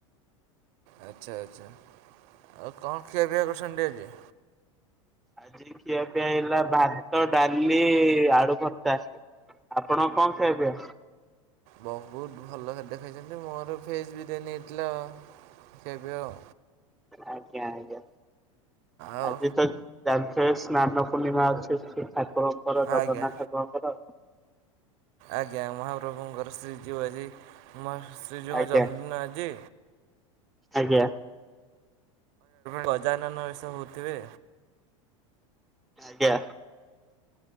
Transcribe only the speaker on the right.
ଆଚ୍ଛା ଆଚ୍ଛା ଆଉ କଣ ଖିଆପିଆ କରଛନ୍ତି ଆଜି।
ବ ବହୁତ ଭଲ ଖାଦ୍ୟ ଖାଇଛନ୍ତି। ମୋର ଭେଜ୍ ବିରିଆନି ହେଇଥିଲା ଖିଆ ପିଆ ଆଉ।
ଆଉ
ଆଜ୍ଞା
ଆଜ୍ଞା ମହାପ୍ରଭୁଙ୍କର ଶ୍ରୀ ଜିଉ ଆଜି ମ ଶ୍ରୀଯିଉଙ୍କ
ଜନ୍ମଦିନ ଆଜି।
ଗଜାନନ ବେଷ ହଉଥିବେ।